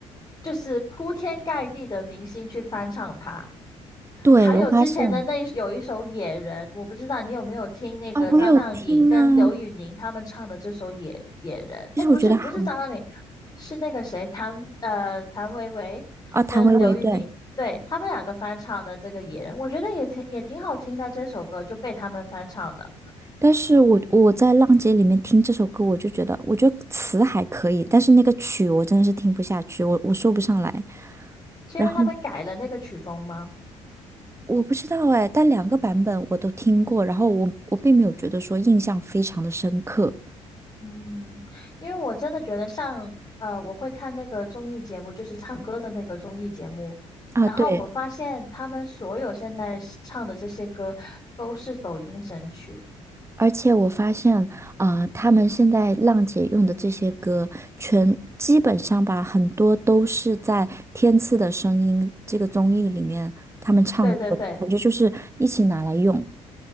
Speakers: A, on the left; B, on the right.
A: 就是铺天盖地的明星去翻唱它。
B: 对，
A: 还有之前的那一有一首《野人》，
B: 我发现
A: 我不知道你有没有听那个张靓颖跟刘宇宁他们唱的这首《野野人》。
B: 啊，我有听啊，就是我觉得还
A: 哎，不是不是张靓颖，是那个谁谭呃谭维维跟刘宇宁，
B: 啊，谭维维，对，
A: 对他们两个翻唱的这个《野人》，我觉得也挺也挺好听的这首歌就被他们翻唱的，
B: 但是我我在浪姐里面听这首歌，我就觉得，我觉得词还可以，但是那个曲我真的是听不下去，我我说不上来。
A: 是因为他们改了那个曲风吗？
B: 然后我不知道哎，但两个版本我都听过，然后我我并没有觉得说印象非常的深刻
A: 嗯，因为我真的觉得像呃，我会看那个综艺节目，就是唱歌的那个综艺节目，
B: 啊，
A: 然后我发现他们所有现在是唱的这些歌都是抖音神曲。
B: 对。而且我发现，啊，他们现在浪姐用的这些歌，全基本上吧，很多都是在《天赐的声音》这个综艺里面他们唱过的，
A: 对对对
B: 感觉就是一起拿来用。